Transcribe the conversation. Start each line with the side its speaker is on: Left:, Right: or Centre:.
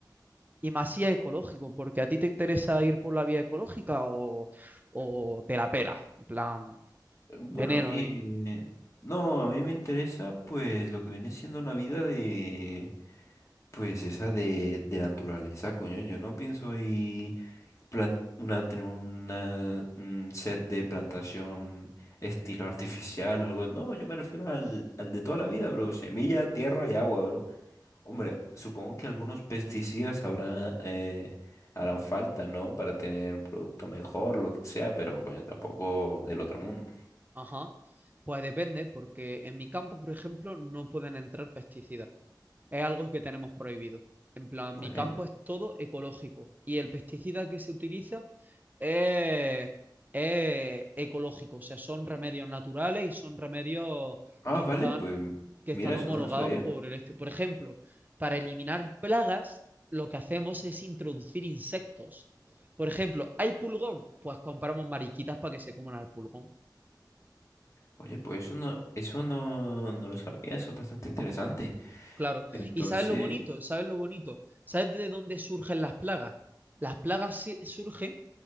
Right: y más si es ecológico, porque a ti te interesa ir por la vía ecológica o, o te la pela, en plan,
Left: Bueno,
Right: veneno,
Left: eh, no, a mí me interesa pues lo que viene siendo una vida de, pues esa de, de naturaleza, coño. Yo no pienso ahí plan- una, tener una, un set de plantación estilo artificial o algo. No, yo me refiero al, al de toda la vida, bro. Semilla, tierra y agua, bro. Hombre, supongo que algunos pesticidas habrá, eh, harán falta, ¿no? Para tener un producto mejor, lo que sea, pero coño, tampoco del otro mundo,
Right: Ajá. Pues depende, porque en mi campo, por ejemplo, no pueden entrar pesticidas. Es algo que tenemos prohibido. En plan,
Left: ¿vale?
Right: mi campo es todo ecológico y el pesticida que se utiliza es, es ecológico. O sea, son remedios naturales y son remedios
Left: Ah,
Right: que
Left: vale,
Right: están,
Left: pues
Right: que
Left: mira,
Right: están
Left: eso
Right: homologados
Left: no lo sabía.
Right: por el este. Por ejemplo, para eliminar plagas, lo que hacemos es introducir insectos. Por ejemplo, ¿hay pulgón? Pues compramos mariquitas para que se coman al pulgón.
Left: Oye, pues eso no, eso no, no lo sabía, eso es bastante interesante.
Right: Claro.
Left: Entonces,
Right: ¿Y sabes lo bonito? ¿Sabes lo bonito? ¿Sabes de dónde surgen las plagas? Las plagas si- surgen